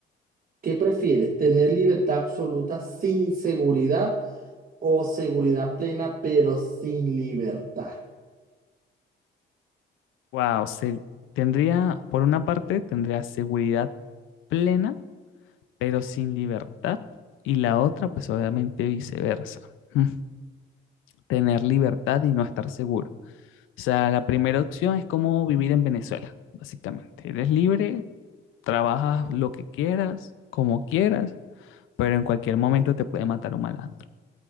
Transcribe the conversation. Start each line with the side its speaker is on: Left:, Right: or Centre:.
Right: ¿qué prefieres? ¿Tener libertad absoluta sin seguridad o seguridad plena pero sin libertad?
Left: Wow, se, tendría, por una parte, tendría seguridad plena pero sin libertad. Y la otra, pues obviamente viceversa. <laughs> ¿Mm? Tener libertad y no estar seguro. O sea, la primera opción es como vivir en Venezuela, básicamente. Eres libre, trabajas lo que quieras, como quieras, pero en cualquier momento te puede matar un malandro.